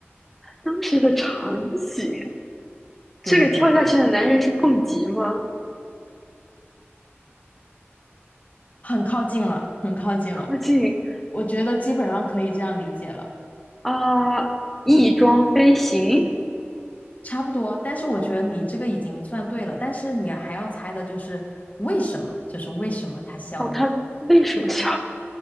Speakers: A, in the centre; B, on the left.
A: 当时的场景，
B: 对对对，
A: 这个跳下去的男人是蹦极吗？
B: 很靠近了，很靠近了，
A: 靠近
B: 我觉得基本上可以这样理解了，
A: 啊，翼装飞行。
B: 差不多。但是我觉得你这个已经算对了，但是你还要猜的就是为什么，就是为什么他笑呢？
A: 哦，他为什么笑？